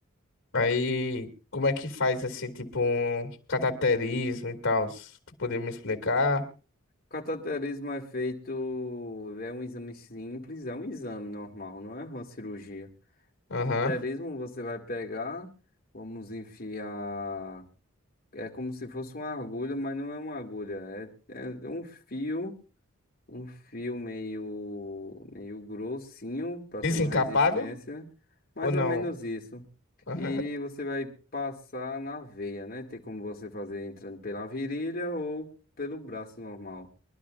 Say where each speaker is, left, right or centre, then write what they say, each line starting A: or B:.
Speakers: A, on the left; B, on the left.
A: Aí, como é que faz assim, tipo, um cateterismo e tal? Se Tu poderia me explicar?
B: cateterismo é feito, é um exame simples, é um exame normal, não é uma cirurgia.
A: Aham.
B: Cateterismo você vai pegar, vamos enfiar, é como se fosse uma agulha, mas não é uma agulha, é é um fio. um fio meio, meio grossinho para
A: Desencapado
B: ter uma resistência, mais
A: ou não?
B: ou menos isso.
A: Aham.
B: E você vai passar na veia, né? Tem como você fazer entrando pela virilha ou pelo braço normal.